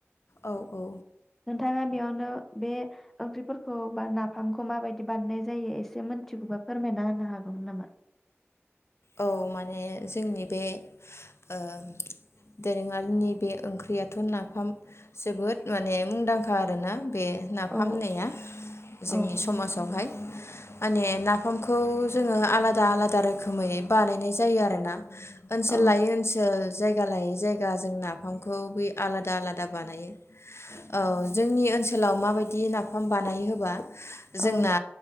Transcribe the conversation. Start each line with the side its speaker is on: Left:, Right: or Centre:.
Left: औ औ।
Centre: थाङा बेयावनो बे ओंख्रिफोरखौ बा नाफामखौ माबायदि बानायनाय जायो एसे मोनथिगौबा फोरमायना होनो हागौमोन नामा
Left: औ माने जोंनि बे ओ दोरोङारिनि बे ओंख्रियाथ' नाफाम जोबोद माने मुंदांखा आरोना बे नाफाम
Centre: औ
Left: होनाया जोंनि
Centre: औ
Left: समासवहाय माने नाफामखौ जोङो आलादा आलादा रोखो गुमैयै बानायनाय जायो आरो ना ओनसोल
Centre: औ
Left: लायो ओनसोल जायगा लायै जायगा जों नाफामखौ बे आलादा आलादा बानायो औ जोंनि ओनसोलाव माबायदि नाफाम बानायो होबा जोंना
Centre: औ